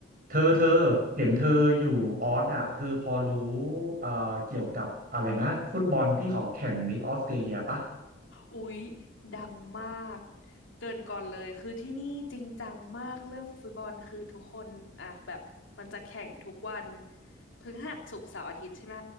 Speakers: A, on the right; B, on the left.
A: เธอเธอเห็นเธออยู่ออสอ่ะเธอพอรู้เอ่อเกี่ยวกับอะไรนะฟุตบอลที่เขาแข่งในออสเตรเลียปะ
B: อุ๊ยดังมากเกินก่อนเลยคือที่นี่จริงจังมากเรื่องฟุตบอลคือทุกคนอ่ะแบบมันจะแข่งทุกวันพฤหัสศุกร์เสาร์อาทิตย์ใช่ไหม